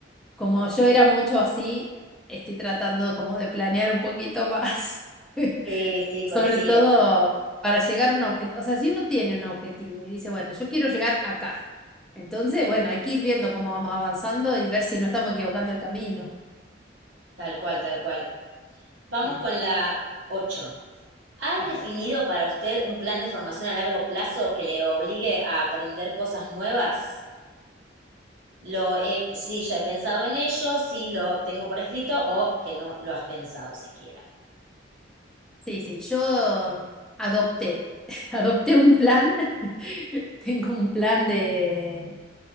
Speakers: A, in the centre; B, on the right.
A: como yo era mucho así, estoy tratando como de planear un poquito más. <laughs>
B: Sí, sí,
A: Sobre
B: coincido.
A: todo para llegar a un objetivo. O sea, si uno tiene un objetivo y dice, bueno, yo quiero llegar acá. Entonces, bueno, hay que ir viendo cómo vamos avanzando y ver si no estamos equivocando el camino.
B: Tal cual, tal cual. Vamos
A: bien
B: con la 8. ¿Ha
A: Perfecto.
B: definido para usted un plan de formación a largo plazo que le obligue a aprender cosas nuevas? Lo he, sí, ya he pensado en ello, sí lo tengo por escrito o que no lo has pensado siquiera.
A: Sí, sí, yo adopté, <laughs> adopté un plan, <laughs> tengo un plan de,